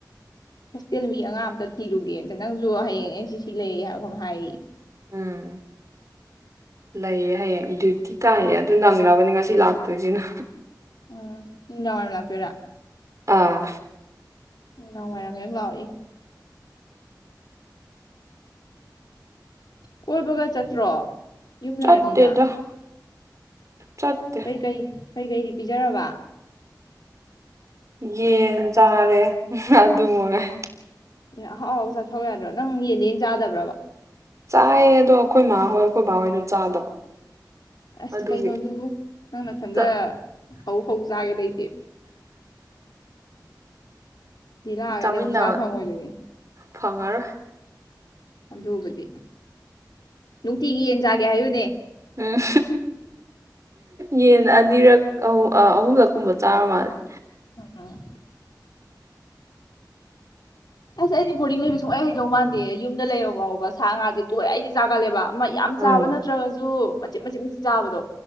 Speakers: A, on the left (about 70°); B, on the right (about 45°).
A: ꯍꯣꯁꯇꯦꯜ ꯃꯤ ꯑꯉꯥꯡ ꯑꯝꯇ ꯊꯤꯔꯨꯒꯦꯗ ꯅꯪꯁꯨ ꯍꯌꯦꯡ ꯑꯦꯟ ꯁꯤ ꯁꯤ ꯂꯩ ꯍꯥꯏ ꯌꯦꯌꯦ
B: ꯎꯝ ꯂꯩꯌꯦ ꯍꯥꯏꯌꯦ ꯈꯤ ꯇꯥꯏꯌꯦ ꯑꯗꯨꯝ ꯅꯪꯃꯤꯛꯑꯕꯅꯤ ꯉ ꯂꯥꯛꯇꯣꯏꯖꯤꯅ
A: ꯎꯝ ꯃꯤꯗꯥꯡ ꯋꯥꯏꯝ ꯂꯥꯛꯇꫭꯏꯔꯥ
B: ꯑꯥ
A: ꯅꯨꯡꯗꯡ ꯋꯥꯏꯔꯝ ꯌꯦꯛ ꯂꯥꯛꯑꯣ ꯏꯪꯅ ꯀꯣꯏꯕꯒ ꯆꯠꯇ꯭ꯔꯣ ꯌꯨꯝ ꯂꯩꯔꯕꯅꯤꯅ
B: ꯆꯠꯇꯦꯗ ꯆꯠꯇꯦ
A: ꯀꯩ ꯀꯩ <inaudible>
B: ꯌꯦꯟ ꯆꯥꯔꯦ ꯑꯗꯨꯃꯉꯥꯏ
A: ꯑꯍꯥꯎꯥꯎ ꯆꯦ ꯊꯧ ꯌꯥꯗ꯭ꯔꯣ ꯅꯪ ꯌꯦꯟꯗꯩ ꯍꯦꯟꯅ ꯆꯥꯗꯕ꯭ꯔꯕ
B: ꯆꯥꯏꯌꯦ ꯑꯗꯣ ꯑꯩꯈꯣꯏ ꯃꯥꯍꯣꯏ ꯑꯩꯈꯣꯏ ꯕꯥꯍꯣꯏꯗꯣ ꯆꯥꯗꯕ
A: ꯑꯁ
B: ꯑꯗꯨꯒꯤ
A: ꯀꯩꯅꯣꯗꯨ ꯅꯪ ꯃꯊꯟꯇ
B: ꯆꯥ
A: ꯍꯧ ꯍꯧ ꯆꯥꯒꯦ ꯂꯩꯇꯦ ꯁꯤ ꯂꯥꯛꯑꯒꯗꯤ
B: ꯆꯥꯃꯤꯟꯅꯕ
A: ꯑꯃꯨꯛ ꯆꯥ ꯐꯪꯉꯣꯏꯗꯣꯏꯅꯤ
B: ꯐꯪꯉꯔꯣꯏ
A: ꯑꯗꯨꯕꯨꯗꯤ ꯅꯨꯡꯇꯤꯒꯤ ꯌꯦꯟ ꯆꯥꯒꯦ ꯍꯥꯏꯌꯨꯅꯦ
B: ꯎꯝ ꯌꯦꯟ ꯑꯅꯤꯔꯛ ꯑꯍꯨꯝ ꯑꯍꯨꯝꯂꯛꯀꯨꯝꯕ ꯆꯥꯔ ꯃꯥꯜꯂꯦ ꯑ
A: ꯎꯝ ꯑꯁ ꯑꯩꯗꯤ ꯕꯣꯔꯗꯤꯡ ꯂꯩꯕ ꯁꯨꯡꯛꯂꯩ ꯍꯩꯗꯧ ꯃꯥꯟꯗꯦ ꯌꯨꯝꯗ ꯂꯩꯔꯣ ꯉꯥꯎꯕ ꯁꯥ ꯉꯥꯁꯦ ꯇꯣꯏ ꯑꯩꯗꯤ ꯆꯥꯒꯠꯂꯦꯕ ꯌꯥꯝ
B: ꯎꯝ
A: ꯆꯥꯕ ꯅꯠꯇ꯭ꯔꯒꯁꯨ ꯃꯠꯆꯤꯠ ꯃꯆꯤꯠ ꯆꯥꯕꯗꯣ